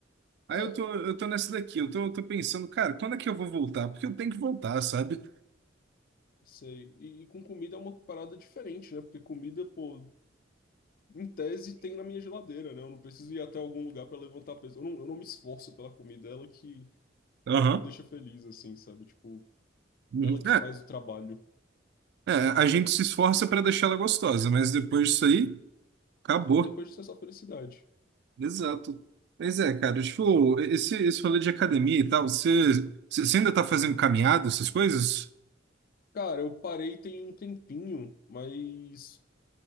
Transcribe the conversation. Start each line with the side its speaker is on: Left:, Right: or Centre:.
Right: Aí
Left: É,
Right: eu tô,
Left: eu-
Right: eu
Left: eu
Right: tô nessa daqui, eu tô, eu tô pensando, cara, quando é que eu vou voltar? Porque eu tenho que voltar, sabe?
Left: sei. E, e com comida é uma parada diferente, né? Porque comida, pô, em tese tem na minha geladeira, né? Eu não preciso ir até algum lugar pra levantar peso. Eu não, eu não me esforço pela comida, é ela que,
Right: Aham.
Left: que me deixa feliz, assim, sabe? Tipo,
Right: Uhum.
Left: ela que faz o trabalho.
Right: É, é, a gente se esforça pra deixar ela gostosa, mas depois disso aí, acabou.
Left: Depois disso é só felicidade.
Right: Exato. Mas é, cara, tipo, esse, esse rolê de academia e tal, você, você você ainda tá fazendo caminhada, essas coisas?
Left: Cara, eu parei tem um tempinho, mas,